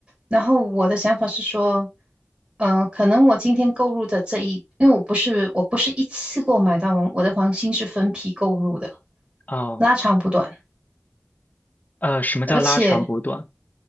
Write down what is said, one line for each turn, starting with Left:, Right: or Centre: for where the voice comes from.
Right: 然后我的想法是说，嗯、可能我今天购入的这一，因为我不是我不是一次购买到完，我的黄金是分批购入的，
Left: 哦，
Right: 拉长不短。
Left: 呃，什么叫拉长补短？
Right: 而且